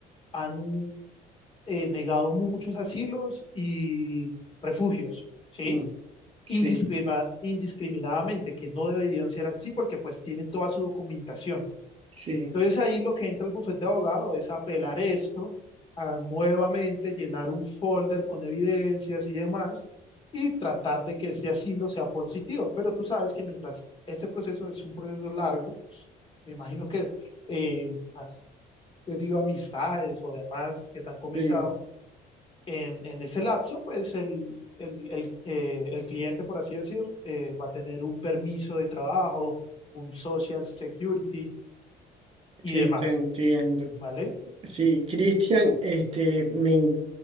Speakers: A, on the left; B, on the right.
A: han eh, negado muchos asilos y refugios, ¿sí?
B: Mm, Sí,
A: indiscrima, indiscriminadamente, que no deberían ser así porque pues tienen toda su documentación.
B: sí,
A: Entonces ahí lo que entra el bufete de abogado es apelar esto, a nuevamente llenar un folder con evidencias y demás y tratar de que ese asilo sea positivo. Pero tú sabes que mientras este proceso es un proceso largo, pues, me imagino que eh, has debido a amistades o demás que te han comentado,
B: sí,
A: en, en ese lapso, pues el, el, el, eh, el cliente, por así decir, eh, va a tener un permiso de trabajo, un social security y
B: sí,
A: demás,
B: te entiendo.
A: ¿vale?
B: Sí, Cristian, este, me, en-